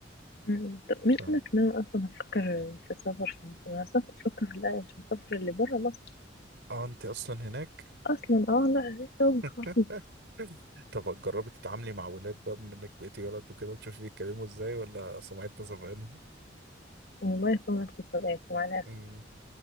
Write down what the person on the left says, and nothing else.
مم. طب مين
قال لك ان انا اصلا هفكر في السفر في مصر انا اصلا كنت بفكر في الأ- في السفر اللي بره مصر
اصلا اه لا لسه هو
خالص
والله يصونك في الصداقة مع الاسف